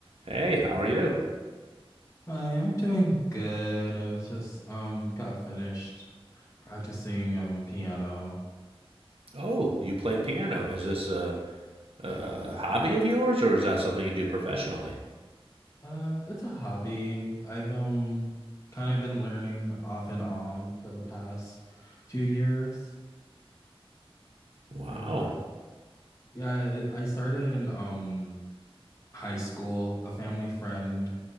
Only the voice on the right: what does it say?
Hey, how are you?
Oh, you play piano. Is this a, a hobby of yours or is that something you do professionally?
Wow.